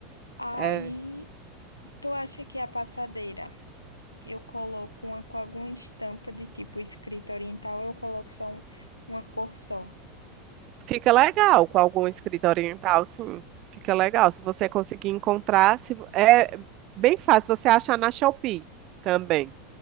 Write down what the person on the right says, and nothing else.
é,
Fica legal com algum escrito oriental, sim. Fica legal. Se você conseguir encontrar, se... é bem fácil. Você achar na Shopee também.